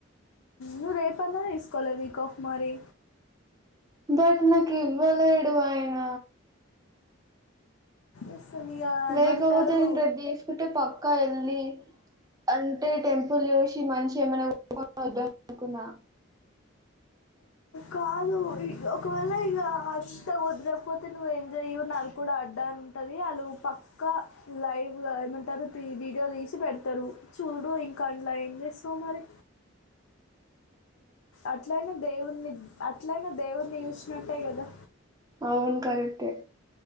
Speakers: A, on the left; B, on the right.
A: నువ్ రేపన్నా తీసుకోలే వీక్ ఆఫ్ మరి
B: బట్ నాకు ఇవ్వలేడు ఆయన
A: ఇస్తాను ఇక
B: లేకపోతే
A: ఏమంటారు
B: నేను రేపు తీసుకుంటే పక్కా ఎల్లీ అంటే టెంపుల్ చూసి మంచిగా ఏమైనా కోరుకొని వద్దాం అనుకున్నా
A: కాదు ఇ ఒకవేళ ఇగ అత్త కుదరకపోతే నువ్వు ఎంజాయు వాళ్ళుకూడా అడ్డ అని ఉంటది వాళ్ళు పక్కా లైవ్ గా ఏమంటారు వీడియో తీసి పెడతారు చూడు ఇంకా అడ్లా ఏచేస్తావ్ మరి అట్లయినా దేవున్ని అట్లయినా దేవుణ్ని చూసినట్టే కదా
B: అవును కరెక్టే